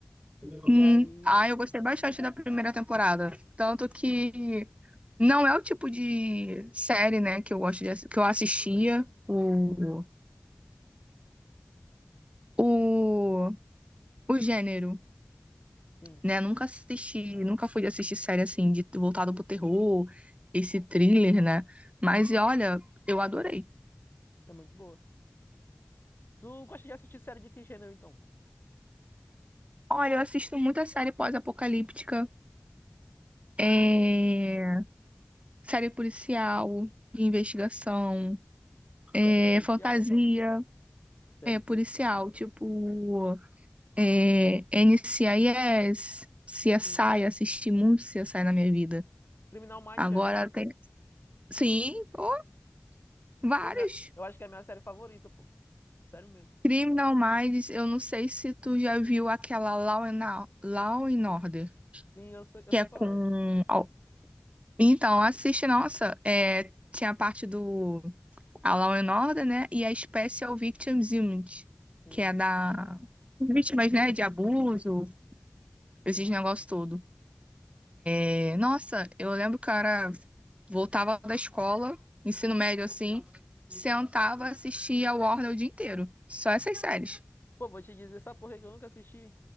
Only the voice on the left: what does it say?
E aí.
e-
Sim,
é muito boa. Tu gosta de assistir série de que gênero, então?
Sim.
Série policial.
Série
policial.
Sim.
Criminal Minds,
já assistiu?
Pô, minha... eu acho que é a minha série favorita, pô. Sério mesmo.
Sim, eu sei, eu
sei
qual
é.
Sim.
Sim,
sim.
Pô, vou te dizer, sabe por que que eu nunca assisti